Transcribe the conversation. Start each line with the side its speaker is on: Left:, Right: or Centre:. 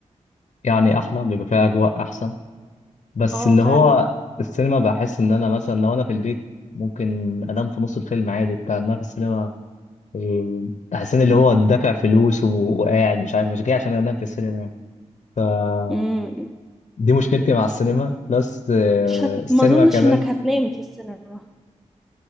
Left: يعني احلى بيبقى فيها اجواء احسن بس
Centre: اه
Left: اللي
Centre: فعلا
Left: هو السينما بحس ان انا مثلا لو انا في البيت ممكن انام في نص الفيلم عادي بتاع إن انا في السينما إيه، بحس ان اللي
Centre: مم.
Left: هو دافع فلوس و- وقاعد مش عارف مش جاي عشان انام في السينما يعني فدي
Centre: مم.
Left: مشكلتي مع السينما بلس آه،
Centre: مش هت...
Left: السينما
Centre: ما اظنش
Left: كمان
Centre: انك هتنام في السينما